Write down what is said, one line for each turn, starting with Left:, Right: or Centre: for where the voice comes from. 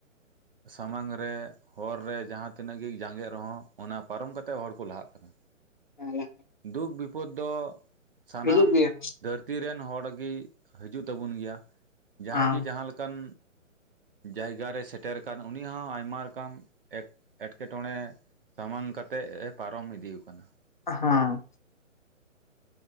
Right: ᱥᱟᱢᱟᱝ ᱨᱮ ᱦᱚᱨ ᱨᱮ ᱡᱟᱦᱟᱸ ᱛᱤᱱᱟᱹᱜ ᱜᱮ ᱡᱟᱸᱜᱮᱜ ᱨᱮᱦᱚᱸ ᱚᱱᱟ ᱯᱟᱨᱚᱢ ᱠᱟᱛᱮᱜ ᱦᱚᱲ ᱠᱚ ᱞᱟᱦᱟᱜ ᱠᱟᱱᱟ ᱾
Left: ᱜᱮᱭᱟ
Right: ᱫᱩᱠ ᱵᱤᱯᱚᱫ ᱫᱚ ᱥᱟᱱᱟᱢ
Left: ᱦᱤᱡᱩᱜ ᱵᱤᱱ
Right: ᱫᱷᱟᱹᱨᱛᱤ ᱨᱮᱱ ᱦᱚᱲ ᱜᱮ ᱦᱤᱡᱩᱜ ᱛᱟᱵᱚᱱ ᱜᱮᱭᱟ, ᱡᱟᱦᱟᱸᱭ
Left: ᱦᱮᱸ
Right: ᱜᱮ ᱡᱟᱦᱟᱸ ᱞᱮᱠᱟᱱ ᱡᱟᱭᱜᱟ ᱨᱮ ᱥᱮᱴᱮᱨ ᱟᱠᱟᱱ ᱩᱱᱤ ᱦᱚᱸ ᱟᱭᱢᱟ ᱨᱚᱠᱚᱢ ᱮᱴ ᱮᱸᱴᱠᱮᱴᱚᱬᱮ ᱥᱟᱢᱟᱝ ᱠᱟᱛᱮᱫ ᱮ ᱯᱟᱨᱚᱢ ᱤᱫᱤ ᱟᱠᱟᱱᱟ ᱾
Left: ᱦᱟᱸ ᱾